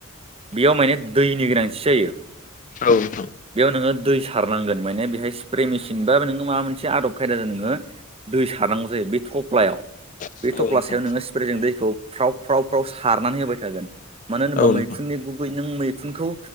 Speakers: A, on the right (about 25°); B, on the left (about 35°).
A: बेयाव माने दैनि गोनांथि जायो
B: औ नोंथां
A: बेयाव नोङो दै सारनांगोन माने बेहाय स्प्रे मेसिन बा नोङो माबा मोनसे आदब खायदा जों नोङो दै सारनांगौ जायो बे थफ्लायाव
B: औ
A: बे थफ्ला
B: नोंथां
A: सायाव नोङो स्प्रेजों दैखौ फ्राव फ्राव फ्राव सारनानै होबाय थागोन मानो होनोबा
B: औ नोंथां
A: मैखुननि गुबै नों मैखुनखौ